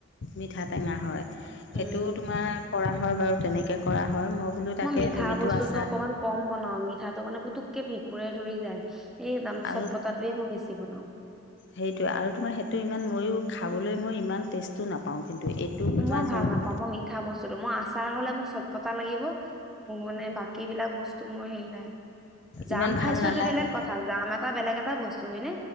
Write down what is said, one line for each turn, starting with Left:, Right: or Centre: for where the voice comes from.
Left: মিঠা টেঙা হয়
Centre: উম,
Left: সেইটোও তোমাৰ কৰা হয় বাৰু তেনেকে কৰা হয়। বোলো তাকে
Centre: মই মিঠা
Left: তুমিতো
Centre: বস্তুটো
Left: আছা
Centre: অকনমান কম বনাও মিঠাটো মানে পুতুক। কি ভেকুৰে ধৰি যায় এই তাম
Left: আৰু
Centre: চৎ পতাটোৱে মই বেছি বনাও।
Left: সেইটোৱে আৰু তোমাৰ সেইটো ইমান মইয়ো খাবলৈ মই ইমান টেষ্টও নাপাওঁ। কিন্তু এইটো তোমাৰ
Centre: মই ভাল
Left: যোনটো
Centre: নাপাওঁ মই মিঠা বস্তুটো আচাৰ হ'লে মোক চব। পতা লাগিব মানে বাকী বিলাক বস্তু। হেতো মই হেৰি নাই জাম
Left: ইমান ভাল
Centre: খাইছো
Left: নালাগে
Centre: এইটো বেলেগ কথা জাম এটা বেলেগ এটা বস্তু হয় নে।